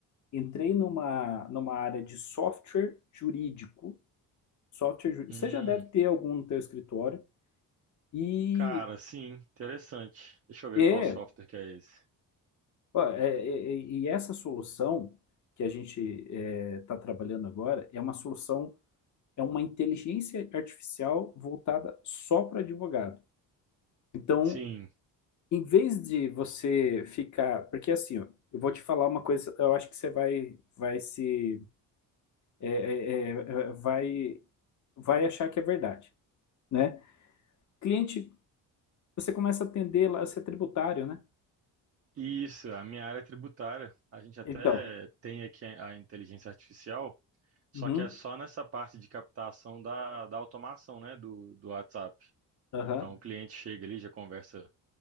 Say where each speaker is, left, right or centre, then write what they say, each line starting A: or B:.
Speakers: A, on the left (about 40°); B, on the right (about 35°).
A: entrei numa, numa área de software jurídico, software jurídico.
B: Hum,
A: Você já deve ter algum no teu escritório. E
B: cara, sim, interessante. Deixa eu ver
A: é,
B: qual software que é esse.
A: ó, é, é- é- e essa solução que a gente está trabalhando agora é uma solução é uma inteligência artificial voltada só para advogado. Então,
B: Sim,
A: em vez de você ficar. Porque assim, ó, eu vou te falar uma coisa, eu acho que você vai, vai se. é, é, é, é, vai, vai achar que é verdade, né? Cliente, você começa a atender lá, você é tributário, né?
B: isso, a minha área é tributária. A gente até
A: Então.
B: tem aqui a a inteligência artificial,
A: Uhum,
B: só que é só nessa parte de captação da, da automação, né, do, do WhatsApp.
A: aham.
B: Então o cliente chega ali, já conversa